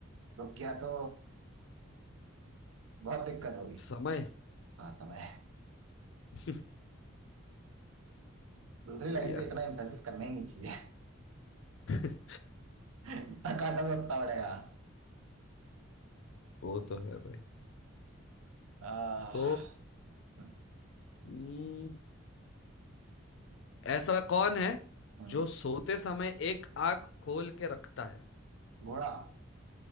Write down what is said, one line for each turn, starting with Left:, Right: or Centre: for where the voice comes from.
Right: रुक गया तो बहुत दिक्कत होगी
Left: समय
Right: हाँ समय
Left: <laughs>
Right: दूसरी लाइन
Left: बढ़िया
Right: पे इतना एम्फेसिस करना ही नहीं चाहिए
Left: <laughs>
Right: <laughs> जितना काटोगे उतना बढ़ेगा
Left: वो तो है भाई
Right: आ,
Left: तो
Right: हम्म,
Left: हम्म, ऐसा कौन है
Right: हम्म,
Left: जो सोते समय एक आंख खोल के रखता है
Right: घोड़ा